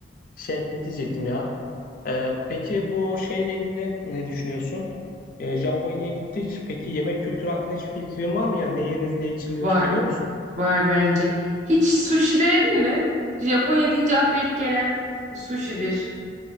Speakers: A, on the left; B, on the right.
A: şey ne diyecektim ya? Ee, peki bu şeyle ilgili ne düşünüyorsun? Ee, Japonya'ya gittik. Peki yemek kültürü hakkında hiçbir fikrin var mı? Yani ne yeniriz, ne içilir
B: Var.
A: biliyor musun?
B: Var bence. Hiç sushi denedin mi? Japonya deyince akla ilk gelen sushi'dir.